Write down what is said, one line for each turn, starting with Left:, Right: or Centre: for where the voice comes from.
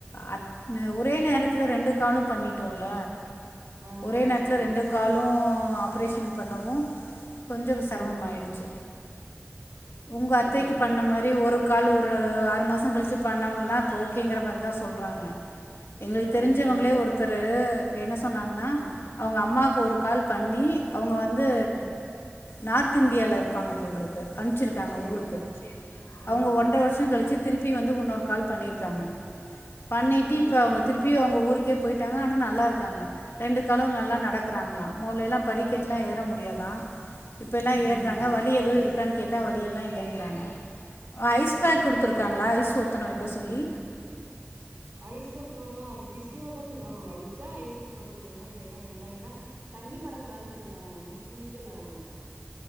Left: அட் ஒரே நேரத்துல ரெண்டு காலு பண்ணிட் டோல
Right: ஆ
Left: ஒரே
Right: ஆமா
Left: நேரத்ல ரெண்டு காலு ஆபாரேஷன் பண்ணவு கொஞ்சோ செரமம்
Right: ம் ம்
Left: ஆயிடுச்சு உங்க
Right: ஐயையோ
Left: அத்தைக்கு பண்ண மாரி ஒரு கால் ஒரு ஆறு மாசோ கழிச் ச்சி பண்ணவங்கல்லா இப்ப ஓகேங்கற மாரி தா சொல்றாங்க எங்களுக்கு தெரிஞ்சவங்களே
Right: ஓஹோ
Left: ஒருத்தரு என்ன சொன்னாங்கன்னா
Right: ம்
Left: அவுங்க அம்மாக்கு ஒரு கால் பண்ணி அவுங்க வந்து
Right: ம்
Left: நார்த் இந்தியால இருப்பாங்க போல் இருக்கு அம்சிருக்காங்க
Right: சேரி
Left: ஊருக்கு
Right: ம்
Left: அவுங்க
Right: ம்
Left: ஒன்ற வருஷோ கழிச்சு திருப்பி வந்து உன்னோ ஒரு கால் பண்ணியிருக்காங்க பண்ணிட்டு
Right: ஓ
Left: இப்ப அவுங்க திருப் ப்பியு அவுங்க ஊருக்கே போயிட்டாங்க ஆனா நல்லா இருக்காங்க ரெண்டு காலு நல்லா நடக்குறாங்களா மொதலெல்லா படிக் கட்லா ஏற முடியாதா இப்பெல்லா
Right: ம் ம்
Left: ஏற்றாங்க
Right: ம்
Left: வலி எதுவு இருக்கான்னு கேட் டா வலி எல்லா இல்லங்கறாங்க ஐஸ்
Right: ம்
Left: பேக் குடுத்திருக்காங்களா ஐஸ் ஒத்தனோ வெக்க சொல்லி
Right: ஐஸ் ஒத்தனோல்லா அது பிசியோதா சொன்னாங்க வலிச்சா ஐஸ் ஒத்தனோ குடுங்க இல்லன்னா வேண்டா ஏன்னா தண்ணி பட கூடாதுன்று இருக்காங்க இன்னு குளிக்கல அவுங்க